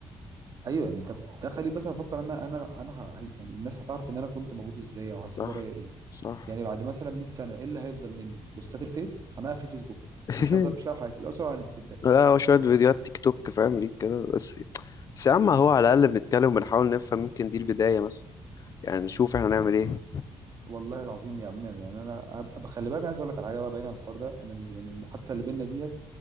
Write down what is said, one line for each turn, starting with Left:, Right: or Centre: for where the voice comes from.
Right: ايوه انت بتخلي بس افكر ان انا انا انا ه- هي- يعني الناس هتعرف ان انا كنت موجود ازاي او هسيب
Left: صح
Right: ورايا ايه
Left: صح
Right: يعني بعد مثلا 100 سنه ايه اللي هيفضل مني بوستات الفيس انا قافل فيسبوك يعني
Left: <laughs>
Right: مش هفضل مش لاقي حاجه الاقي صوره على انستجرام
Left: لا هو شوية فيديوهات تيك توك فاهم ليك كده بس بس يا عم هو على الأقل بنتكلم وبنحاول نفهم يمكن دي البداية مثلا يعني نشوف احنا نعمل ايه
Right: والله العظيم يا عم يعني انا أب- أب- خلي بالك عايز اقول لك على حاجه بقى بعيد عن الحوار ده انا ال- يعني المحادثه اللي بينا ديت